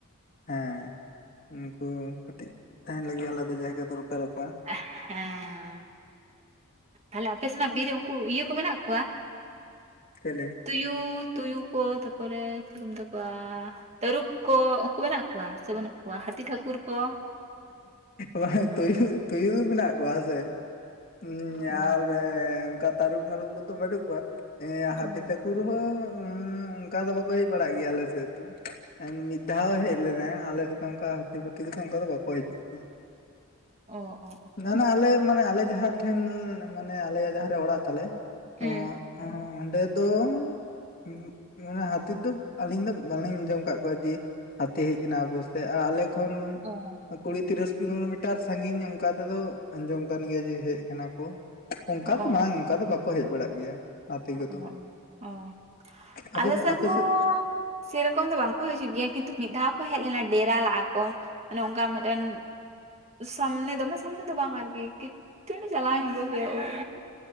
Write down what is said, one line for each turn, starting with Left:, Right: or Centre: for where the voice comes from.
Left: ᱦᱮᱸ ᱩᱱᱠᱩ ᱠᱟᱹᱴᱤᱡ ᱛᱟᱦᱮᱱ ᱞᱟᱹᱜᱤᱫ ᱟᱞᱟᱫᱟ ᱡᱟᱭᱜᱟ ᱫᱚᱨᱠᱟᱨ ᱟᱠᱚᱣᱟ᱾
Right: ᱦᱮᱸ᱾ ᱛᱟᱦᱚᱞᱮ ᱟᱯᱮ ᱥᱮᱱᱟᱜ ᱵᱤᱨ ᱨᱮ ᱩᱱᱠᱩ ᱤᱭᱟᱹ ᱠᱚ ᱢᱮᱱᱟᱜ ᱠᱚᱣᱟ?
Left: ᱪᱮᱞᱮ
Right: ᱛᱩᱭᱩ ᱛᱩᱭᱩ ᱠᱚ ᱛᱟᱯᱚᱨᱮ ᱪᱤᱞᱤ ᱠᱚ ᱢᱮᱛᱟ ᱠᱚᱣᱟ ᱛᱟᱹᱨᱩᱵ ᱠᱚ ᱩᱱᱠᱩ ᱢᱮᱱᱟᱜ ᱠᱚᱣᱟ? ᱥᱮ ᱵᱟᱹᱱᱩᱜ ᱠᱚᱣᱟ ᱦᱟᱹᱛᱤ ᱴᱷᱟᱹᱠᱩᱨ ᱠᱚ?
Left: ᱵᱟᱝ ᱛᱩᱭᱩ ᱛᱩᱭᱩ ᱫᱚ ᱢᱮᱱᱟᱜ ᱠᱚᱣᱟ ᱦᱮᱸᱥᱮ᱾ ᱩᱸ
Right: ᱚ
Left: ᱟᱨ ᱮ ᱚᱱᱠᱟ ᱛᱟᱹᱨᱩᱵᱽ ᱢᱟᱹᱨᱩᱵ ᱠᱚᱫᱚ ᱵᱟᱹᱱᱩᱜ ᱠᱚᱣᱟ᱾ ᱦᱮᱸ
Right: ᱚ
Left: ᱦᱟᱹᱛᱤ ᱴᱷᱟᱠᱩᱨ ᱦᱚᱸ ᱩᱸ ᱚᱱᱠᱟ ᱫᱚ ᱵᱟᱠᱚ ᱦᱮᱡᱽ ᱵᱟᱲᱟᱜ ᱜᱮᱭᱟ ᱟᱞᱮ ᱥᱮᱫ ᱫᱚ᱾ ᱢᱤᱫ ᱫᱷᱟᱣ ᱦᱮᱡ ᱞᱮᱱᱟ, ᱟᱞᱮ ᱥᱮᱫ ᱚᱱᱠᱟ ᱦᱟᱹᱛᱤ ᱯᱟᱹᱛᱤ ᱠᱚᱫᱚ ᱚᱱᱠᱟ ᱫᱚ ᱵᱟᱠᱚ ᱦᱤᱡᱩᱜ ᱜᱮᱭᱟ᱾
Right: ᱚ ᱚ᱾
Left: ᱢᱟᱱᱮ ᱟᱞᱮ ᱢᱟᱱᱮ ᱟᱞᱮ ᱡᱟᱦᱟᱸ ᱴᱷᱮᱱ ᱢᱟᱱᱮ ᱟᱞᱮᱭᱟᱜ ᱡᱟᱦᱟᱸᱨᱮ ᱚᱲᱟᱜ ᱛᱟᱞᱮ ᱛᱚ
Right: ᱦᱩᱸ
Left: ᱚᱸ ᱚᱸᱰᱮ ᱫᱚ ᱩᱸ ᱢᱟᱱᱮ ᱡᱟᱹᱛᱤ ᱫᱚ ᱟᱹᱞᱤᱧ ᱫᱚ ᱵᱟᱞᱤᱧ ᱟᱸᱡᱚᱢ ᱟᱠᱟᱫ ᱠᱚᱣᱟ ᱡᱮ ᱦᱟᱹᱛᱤ ᱦᱮᱡᱽ ᱮᱱᱟ ᱟᱵᱚᱥᱮᱫ ᱟᱨ ᱟᱞᱮ ᱠᱷᱚᱱ
Right: ᱚ᱾
Left: ᱠᱩᱲᱤ ᱛᱤᱨᱤᱥ ᱠᱤᱞᱳᱢᱤᱴᱟᱨ ᱥᱟᱺᱜᱤᱧ ᱚᱱᱠᱟ ᱛᱮᱫᱚ ᱟᱸᱡᱚᱢ ᱠᱟᱱ ᱜᱮᱭᱟ ᱡᱮ ᱦᱮᱡᱽ ᱟᱠᱟᱱᱟ ᱠᱚ᱾ ᱚᱱᱠᱟ
Right: ᱚ
Left: ᱫᱚ ᱵᱟᱝ ᱚᱱᱠᱟ ᱫᱚ ᱵᱟᱠᱚ ᱦᱮᱡᱽ ᱵᱟᱲᱟᱜ ᱜᱮᱭᱟ᱾ ᱟᱛᱮ ᱠᱚᱫᱚ
Right: ᱚ ᱚ
Left: ᱟᱯᱮ
Right: ᱟᱞᱮ ᱥᱮᱱ
Left: ᱟᱯᱮ
Right: ᱦᱚᱸ
Left: ᱥᱮᱫ
Right: ᱥᱮᱨᱚᱠᱚᱢ ᱫᱚ ᱵᱟᱝᱠᱚ ᱦᱤᱡᱩᱜ ᱜᱮᱭᱟ ᱠᱤᱱᱛᱩ ᱢᱤᱫ ᱫᱷᱟᱣ ᱠᱚ ᱦᱮᱡ ᱞᱮᱱᱟ ᱰᱮᱨᱟ ᱞᱟᱜᱼᱟ ᱠᱚ, ᱢᱟᱱᱮ ᱚᱱᱠᱟ ᱢᱤᱫᱴᱮᱱ ᱥᱟᱢᱱᱮ ᱫᱚᱢᱮ ᱥᱟᱢᱱᱮ ᱫᱚ ᱵᱟᱝ ᱟᱨᱠᱤ <unintelligible> ᱪᱟᱞᱟᱣ ᱧᱚᱜᱚᱜ ᱦᱩᱭᱩᱜᱼᱟ ᱳᱭ